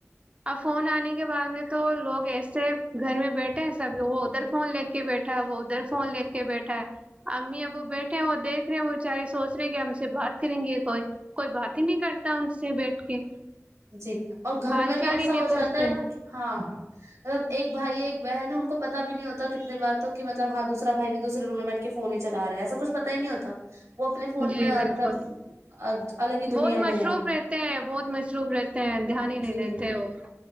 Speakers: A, on the right (about 25°); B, on the right (about 75°).
A: اب فون آنے کے بعد میں تو لوگ ایسے گھر میں بیٹھے ہیں سبھی وہ ادھر فون لے کے بیٹھے بیٹھا وہ ادھر فون لے کے بیٹھا ہے امی اب وہ بیٹھے ہیں وہ دیکھ رہے ہیں وہ بچارے سوچ رہے کہ ہم سے بات کریں گے کوئی کوئی بات ہی نہیں کرتا ان سے بیٹھ کے
B: جی اور گھر
A: حال
B: میں
A: چال
B: بھی ایسا
A: ہی نہیں
B: ہو
A: پوچھتے
B: جاتا ہے نا کہ ہاں مطلب ایک بھائی ایک بہن ہے ان کو پتا بھی نہیں ہوتا کتنے بار تو کہ مطلب ہاں دوسا بھائی بھی دوسرے روم میں بیٹھ کے فون ہی چلا رہا ہے ایسا کچھ پتا ہی نہیں ہوتا وہ اپنے فون
A: جی
B: میں مطلب
A: بالکل
B: الگ ہی
A: بہت
B: دنیا
A: مصروف
B: میں ہے
A: رہتے ہیں بہت مصروف رہتے ہیں دھیان ہی نہیں
B: جی
A: دیتے وہ